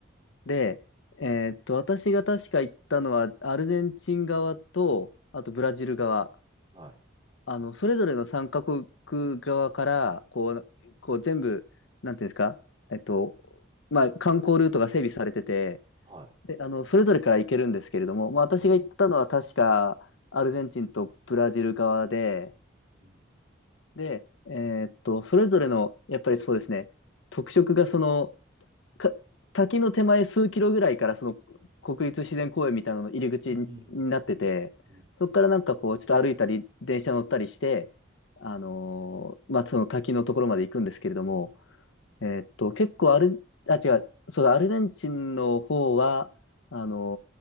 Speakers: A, on the left (about 80°); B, on the right (about 25°).
A: で、えーっと、私が確か行ったのは、アルゼンチン側と、あとブラジル側、
B: はい。
A: あの、それぞれの3カ国側から、こう、こう全部、なんていうんですか、えっと、まあ、観光ルートが整備されてて、
B: はい。
A: で、あの、それぞれから行けるんですけれども、まあ、
B: なるほど。
A: 私が行ったのは確か、アルゼンチンとブラジル側で、
B: うん。
A: で、えーっと、それぞれの、やっぱりそうですね、特色がその、か滝の手前数キロぐらいからその国立自然公園みたいなのの入り口になってて、
B: うん。うん。
A: そこからなんかこうちょっと歩いたり電車乗ったりして、あのーまあその滝のところまで行くんですけれども、えーっと、結構アル、あ、違う、そうだ、アルゼンチンの方は、あの